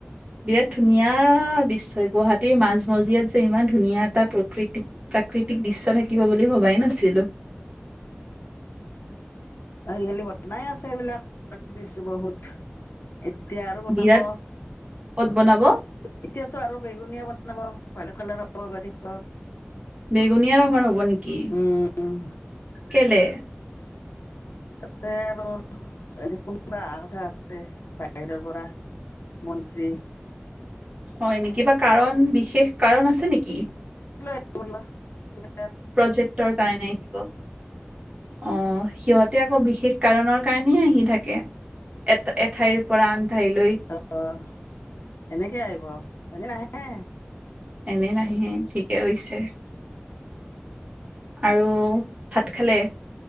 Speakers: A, on the right; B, on the left.
A: বিৰাট ধুনীয়া ধুনীয়া দৃশ্য গুৱাহাটীৰ মাজমজিয়াত যে ইমান ধুনীয়া এটা প্ৰকৃতি প্ৰাকৃতিক দৃশ্য থাকিব বুলি ভবাই নাছিলো
B: খালি বনাই আছে সবিলাক দিছো বহুত এতিয়া আৰু বনাব
A: বিৰাট ক'ত বনাব
B: এতিয়াতো আৰু বেগুনীয়া বনাব ভালে তলাৰ হ'বগ দেখন
A: বেঙুনীয়া ৰঙৰ হ'ব নেকি
B: উম
A: কেলে
B: তাতে আৰু হেৰি কোনোবা অহা কথা আছে বাহিৰৰ পৰা মন্ত্ৰী
A: হয় নেকি বা কাৰণ বিশেষ কাৰণ আছে নেকি
B: বোলে <unintelligible>
A: প্ৰজেক্টৰ কাৰণে আহিব অ সিহঁত এতিয়া আকৌ বিশেষ কাৰণৰ কাৰণেই আহি থাকে এ এঠাইৰ পৰা ঠাইলৈ
B: আহ এনেকে আহিব এনে নাইে
A: এনে ন ঠিকে হৈছে আৰু ভাত খালে